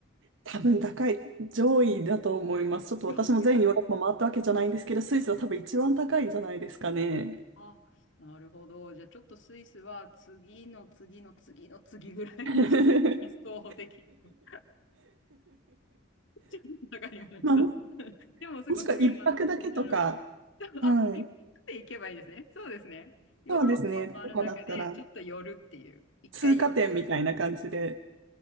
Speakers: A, on the right; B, on the left.
A: 多分高い、上位だと思います。ちょっと私も全ヨーロッパ回ったわけじゃないんですけど、
B: よ
A: スイスは多分一番高いんじゃないですかね。
B: あ、なるほど。じゃあちょっとスイスは次の次の次の次ぐらいに
A: <laughs>
B: 候補的に <laughs> ちょっと <laughs> わかりました。
A: まあ、も
B: でもすごく今のを聞いたら、
A: もしくは一泊だけとか、
B: でもあ、
A: はい。
B: 一泊で行けばいいですね。そうですね。ヨーロッパを回る中でちょっと寄るっていう。
A: そうですね。とかだったら、
B: 一回寄る。
A: 通過点みたいな感じで、